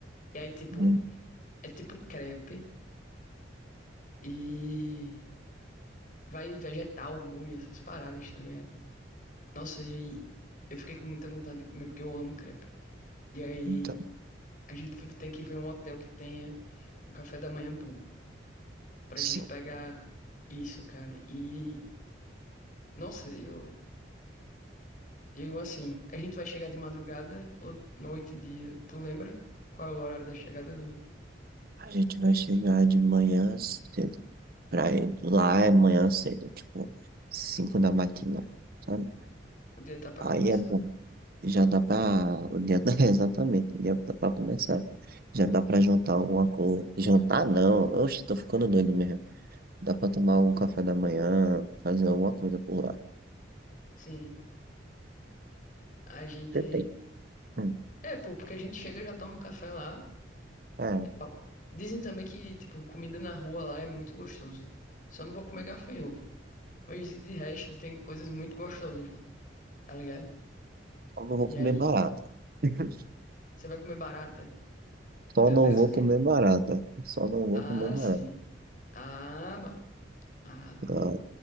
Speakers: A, on the left; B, on the right.
A: E aí, tipo,
B: muito.
A: é tipo um crepe e vai vegetal, molho, essas paradas, tá ligado? Nossa, e eu fiquei com muita vontade de comer porque eu amo crepe. E aí,
B: Então,
A: a gente tem que ver um hotel que tenha um café da manhã bom pra
B: sim,
A: gente pegar isso, cara. E, nossa, eu Eu, assim, a gente vai chegar de madrugada ou noite dia. Tu lembra qual é o horário da chegada do
B: a gente vai chegar de manhã cedo pra ir lá é manhã cedo, tipo, 5 da matina, sabe?
A: o dia tá pra
B: Aí
A: começar?
B: é bom, já dá pra, o dia, <laughs> tá exatamente, o dia tá pra começar. Já dá pra jantar alguma coisa. Jantar não, oxe, tô ficando doido mesmo. Dá pra tomar algum café da manhã, fazer alguma coisa por lá.
A: Sim, a gente.
B: Você tem? Hum,
A: É, pô, porque a gente chega, já toma um café lá
B: é.
A: e tal. Dizem também que, tipo, comida na rua lá é muito gostoso. Só não vou comer gafanhoto. Mas de resto, tem coisas muito gostosas lá, tá ligado?
B: Só não vou
A: E
B: comer
A: aí,
B: barata. <laughs>
A: você vai comer barata?
B: Só
A: Meu
B: não
A: Deus,
B: vou
A: que.
B: comer barata. Só não vou
A: Ah,
B: comer barata.
A: sim. Ah, bah. Ah, bah.
B: Ah,